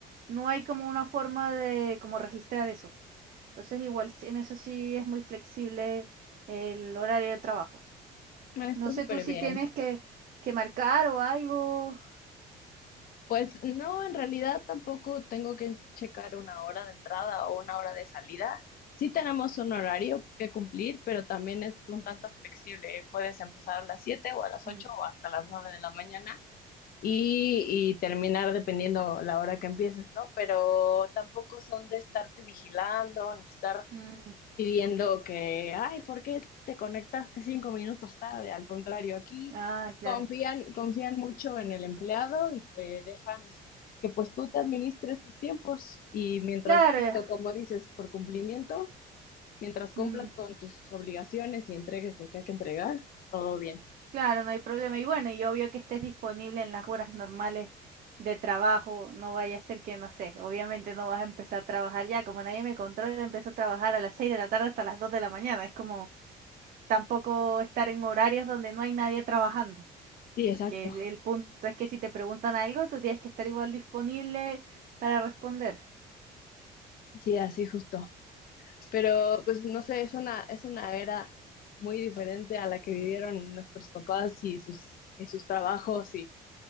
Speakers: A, on the right; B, on the left.
A: no hay como una forma de como registrar eso. Entonces, igual sí- en eso sí es muy flexible el horario de trabajo.
B: Ah, Está
A: No sé
B: súper
A: tú si
B: bien.
A: tienes que, que marcar o algo.
B: Pues no, en realidad tampoco tengo que checar una hora de entrada o una hora de salida. Sí tenemos un horario que cumplir, pero también es un tanto flexible. Puedes empezar a las 7 o a las 8
A: Mm,
B: o hasta las 9 de la mañana y, y terminar dependiendo la hora que empieces, ¿no? Pero tampoco son de estarte vigilando ni estar
A: mm,
B: pidiendo que, ay, ¿por qué te conectaste cinco minutos tarde? Al contrario, aquí
A: Ah, claro.
B: confían, confían mucho en el empleado y te dejan que pues tú te administres tus tiempos y mientras,
A: Claro.
B: justo
A: eh,
B: como dices, por cumplimiento, mientras cumplas
A: mm.
B: con tus obligaciones y entregues lo que hay que entregar, todo bien.
A: Claro, no hay problema. Y bueno, y obvio que estés disponible en las horas normales de trabajo. No vaya a ser que, no sé, obviamente no vas a empezar a trabajar ya. Como nadie me controla, empiezo a trabajar a las 6 de la tarde hasta las 2 de la mañana. Es como tampoco estar en horarios donde no hay nadie trabajando.
B: Sí, exacto.
A: Porque el punto es que si te preguntan algo, tú tienes que estar igual disponible para responder.
B: Sí, así justo. Pero pues no sé, es una, es una era muy diferente a la que vivieron nuestros papás y sus, y sus trabajos y